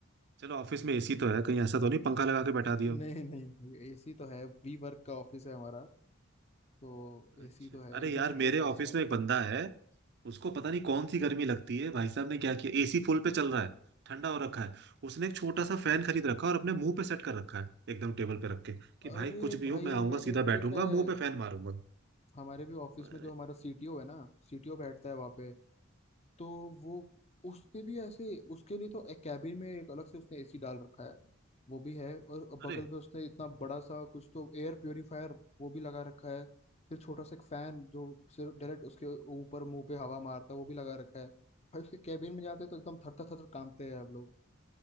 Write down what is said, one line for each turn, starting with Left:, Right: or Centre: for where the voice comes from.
Right: चलो ऑफिस में एसी तो है कहीं ऐसा तो नहीं पंखा लगा के बैठा
Left: नहीं
Right: दियो
Left: नहीं भाई एसी तो है वी वर्क का ऑफिस है हमारा तो
Right: अच्छा
Left: एसी तो है
Right: अरे
Left: इंफ्रास्ट्रक्चर
Right: यार मेरे
Left: तो
Right: ऑफिस
Left: अच्छा है
Right: में एक बंदा है उसको पता नहीं कौन सी गर्मी लगती है भाई साहब ने क्या किया एसी फुल पे चल रहा है ठंडा हो रखा है उसने एक छोटा सा फैन खरीद रखा है और अपने मुंह पे सेट कर रखा है एकदम टेबल पे रख के कि
Left: अरे
Right: भाई कुछ भी
Left: भाई
Right: हो मैं आऊंगा
Left: मैंने
Right: सीधा
Left: भी देखा
Right: बैठूंगा
Left: है
Right: मुंह पे फैन मारूंगा
Left: हमारे भी ऑफिस
Right: अरे
Left: में जो हमारा सीटीओ है ना सीटीओ बैठता है वहाँ पे तो वो उसने भी ऐसे उसके लिए तो एक कैबिन में एक अलग से उसने एसी डाल रखा है वो भी है और बगल
Right: अरे
Left: में उसने इतना बड़ा सा कुछ तो एयर प्योरीफायर वो भी लगा रखा है फिर छोटा सा एक फैन जो सिर्फ डायरेक्ट उसके ऊपर मुंह पे हवा मारता है वो भी लगा रखा है भाई उसके कैबिन में जाते हैं तो एकदम थरथर थरथर कांपते हैं हम लोग